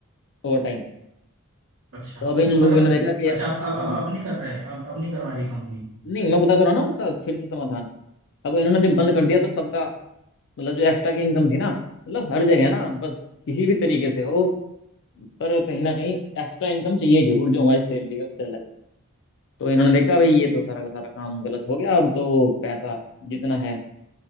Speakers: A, on the left; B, on the right.
A: ओवर टाइम।
B: अच्छा
A: तो अब इन
B: तो मतलब
A: लोगों ने देखा कि
B: अच्छा अब अब
A: हाँ
B: अब अब नहीं कर रहे अब अब नहीं करवा रही कंपनी
A: नहीं मैं बता तो रहा ना उसका फिर से समाधान अब इन्होंने जब बंद कर दिया तो सबका मतलब जो एक्स्ट्रा की इनकम थी ना मतलब हर जगह ना बस किसी भी तरीके से हो पर कहीं ना कहीं एक्स्ट्रा इनकम चाहिए जरूर जो हमारी सैलरी है उससे अलग तो इन्होंने देखा भाई ये तो सारा का सारा काम गलत हो गया अब तो पैसा जितना है